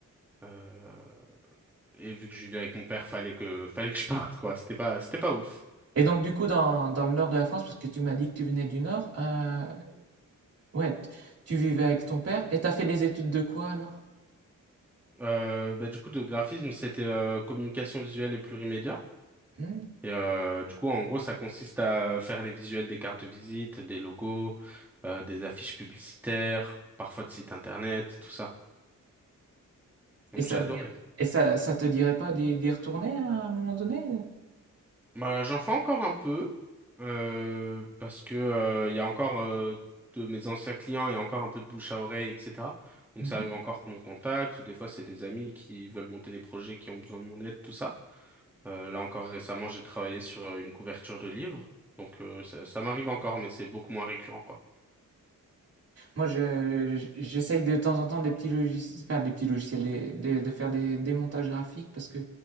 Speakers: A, in the centre; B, on the right.
A: Euh, et vu que je vivais avec mon père, fallait que <laughs> fallait que je parte, quoi. C'était pas c'était pas ouf.
B: Et donc, du coup, dans, dans le nord de la France, parce que tu m'as dit que tu venais du nord, euh, Ouais, t- tu vivais avec ton père et t'as fait des études de quoi alors?
A: Euh, bah, du coup, de graphisme, c'était euh, communication visuelle et plurimédia.
B: Hmm.
A: Et euh, du coup, en gros, ça consiste à faire les visuels des cartes de visite, des logos, euh, des affiches publicitaires, parfois de sites internet, tout ça. Donc
B: Et ça
A: j'ai adoré.
B: te dir- et ça, ça te dirait pas d'y d'y retourner à un moment donné?
A: Bah, j'en fais encore un peu euh, parce que euh, il y a encore euh, de mes anciens clients, il y a encore un peu de bouche à oreille, etc. Donc
B: Mhm.
A: ça arrive encore qu'on me contacte ou des fois c'est des amis qui veulent monter des projets qui ont besoin de mon aide, tout ça. Euh, là encore récemment, j'ai travaillé sur euh, une couverture de livre, donc euh, ça, ça m'arrive encore, mais c'est beaucoup moins récurrent, quoi.
B: Moi, je, je- j'essaye de temps en temps des petits logiciels, enfin, des petits logiciels, des- des- de faire des, des montages graphiques parce que